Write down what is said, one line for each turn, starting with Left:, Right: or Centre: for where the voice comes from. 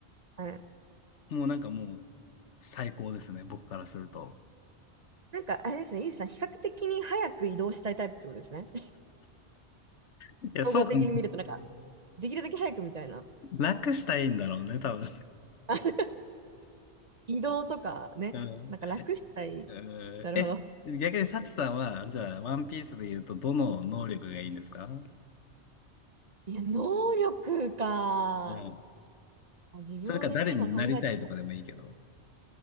Right: はい。
Left: もうなんかもう、最高ですね、僕からすると。
Right: なんか、あれですね、ゆうじさん、比較的に早く移動したいタイプってことですね。<laughs>
Left: いや、
Right: 総合的に見ると、
Left: そうかもしれない。
Right: なんか、できるだけ早くみたいな。
Left: 楽したいんだろうね、多分。
Right: <laughs> あの移動とかね、
Left: うん。
Right: なんか楽したい。
Left: うんえ、
Right: なるほど。
Left: 逆にサチさんは、じゃあ、ワンピースで言うと、どの能力がいいんですか
Right: いや、能力か。
Left: うん。
Right: あ、自分は全然今考え、
Left: それか誰になりたいとかでもいいけど。